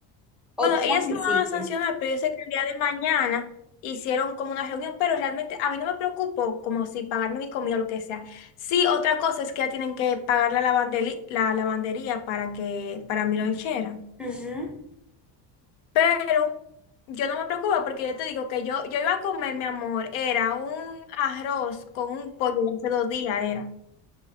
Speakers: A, in the centre; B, on the left.
A: O
B: Bueno,
A: tú
B: ellas
A: lo quisiste.
B: lo van a sancionar, pero yo sé que el día de mañana hicieron como una reunión, pero realmente a mí no me preocupo como si pagarme mi comida o lo que sea. Sí, otra cosa es que ya tienen que pagar la lavandeli- la lavandería para que, para mi lonchera.
A: Ujú.
B: Pero yo no me preocupo porque yo te digo que yo, yo iba a comer, mi amor, era un arroz con un pollo de hace dos días, era.